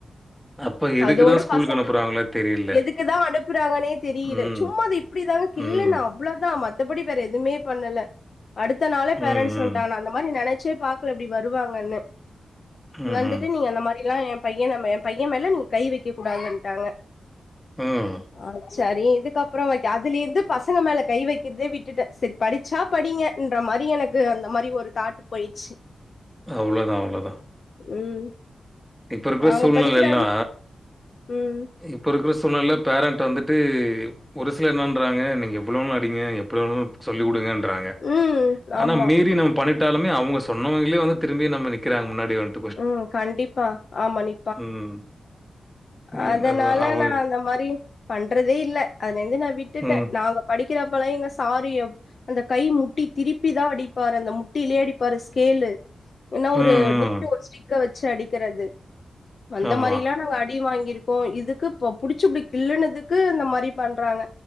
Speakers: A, in the centre; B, on the left.
A: அப்ப எதுக்கு
B: அதோட
A: தான் ஸ்கூலுக்கு
B: பசங்க
A: அனுப்புறாங்களோ தெரியல.
B: எதுக்குதா அனுப்புறாங்கனே தெரியில
A: ம்,
B: சும்மா அது இப் புடி தாங்க கில்லுன
A: ம்,
B: அவுளோதா மத்தபடி வேற எதுமே பண்ணல அடுத்த நாளே பேரன்ஸ்
A: ம், ம்,
B: வன்ட்டாங்க நா அந்த மாரி நெனச்சே பாக் குல அப்டி வருவாங்கன்னு
A: ம்ஹ்ம்.
B: வந்துட்டு நீங்க அந்த மாரிலா என் பையனம்ம என் பையன் மேல நீங் கை வைக்க கூடாதுன்ட்டாங்க
A: ம்.
B: அ சரி இதுக்கப்புறோ வைக்க அதுலிருந்து பசங்க மேல கை வைக்கிற்தே விட்டுட்ட செர் படிச்சா படிங்க இன்ற மாரி எனக்கு அந்த மாரி ஒரு தாட்டு் போய்ச்சு
A: அவுளோதா அவுளோதா
B: ம்
A: இப்ப இருக்குற
B: நாங்க
A: சூழ்நெலைலா
B: படிக்கிற ம்
A: இப்ப இருக்குற சூழ்நெல பேரண்ட் வந்துட்டு ஒரு சிலர் என்ன பண்றாங்க நீங்க எவ்வுளோனு அடிங்க எப்டிவேணாலு சொல்லி குடுங்கன் றாங்க
B: ம்
A: ஆனா
B: ஆமா
A: மீறி நம் பண்ணிட்டாலுமே அவுங்க சொன்னவங்களே வந்து திரும்பி நம்ம நிக்கிறாங்க முன்னாடி வந்
B: ம் கண்டிப்பா ஆமா நி
A: ம்
B: அதனால
A: என்னதான் அவங்க
B: நா அந்த மாரி பண்றதே இல்ல அதுலர்ந்து நா விட்டுட்டே
A: ம்,
B: நாங்க படிக்கிறப்பலா எங்க‌ சாரு எப் அந்த கை முட்டி திருப்பிதா அடிப்பாரு அந்த முட்டிலே அடிப்பாரு ஸ்கேலு இல்னா ஒரு
A: ம், ம்.
B: நீட்ட ஒரு ஸ்டிக்க வச்சு அடிக்கிறது அந்த
A: ஆமா.
B: மாரிலா நாங்க அ டி வாங்கிருக்கோ இதுக்கு இப்போ புடிச்சு‌ இப்டி கில்லுனதுக்கு இந்த மாரி பண்றாங்க